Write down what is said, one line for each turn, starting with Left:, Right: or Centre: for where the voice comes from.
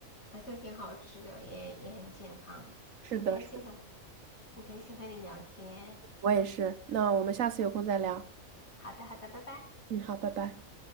Left: 还是挺好吃的，也也很健康，
Right: 是的，
Left: 很开心和
Right: 是
Left: 很开心和你聊天。
Right: 我也是。那我们下次有空再聊。
Left: 好的，好的，拜拜。
Right: 嗯，好，拜拜。